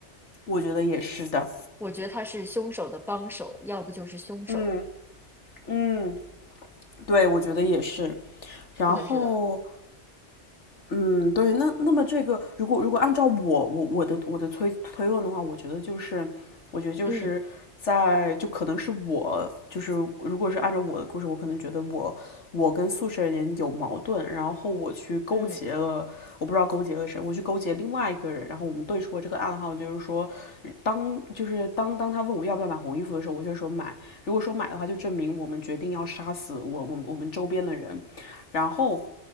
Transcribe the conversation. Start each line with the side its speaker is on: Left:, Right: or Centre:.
Left: 我觉得也是的。
Centre: 我觉得他是凶手的帮手，要不就是凶手。
Left: 嗯嗯，对，我觉得也是。然后
Centre: 是的，是的，
Left: 嗯，对，那那么这个，如果如果按照我我我的我的推推论的话，我觉得就是，我觉得就是在就可能是我就是如果是按照我的故事，
Centre: 嗯
Left: 我可能觉得我我跟宿舍人有矛盾，然后我去勾结了，
Centre: 嗯
Left: 我不知道勾结了谁，我去勾结另外一个人，然后我们对出了这个暗号，就是说当就是当当他问我要不要买红衣服的时候，我就说买，如果说买的话，就证明我们决定要杀死我我们我们周边的人，然后。